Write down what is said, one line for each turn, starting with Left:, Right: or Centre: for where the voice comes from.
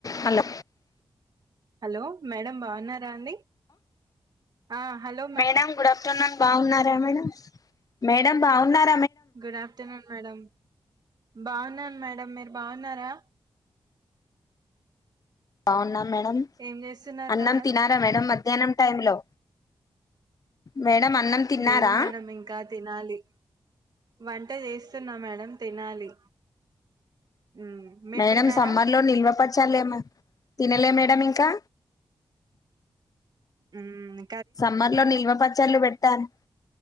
Left: Hello
Right: hello madam బాగున్నారా అండి. ఆ హలో
Left: మేడం గుడ్ ఆఫ్టర్నూన్ బాగున్నారా మేడం మేడం బాగున్నార్
Right: గుడ్ ఆఫ్టర్నూన్ మేడం. బాగున్నాను. మేడం మీరు బాగున్నారా!
Left: బాగున్నాం. మేడం
Right: ఏం చేస్తున్నారు
Left: అన్నం
Right: మేడం
Left: తినారా మేడం మర్ మధ్యాహ్నం టైమ్ లో మేడం అన్నం తిన్నారా
Right: లేదు మేడం ఇంకా తినాలి. వంట చేస్తున్నా మేడం తినాలి. మ్మ్ మీరు
Left: మేడం
Right: తిన్నారా
Left: సమ్మర్ లో నిల్వపచ్చలేమన్న తినలే మేడం ఇం ఇంకా
Right: హ్మ్
Left: సమ్మర్ లో నిల్మపచ్చళ్ళు పెట్టాను.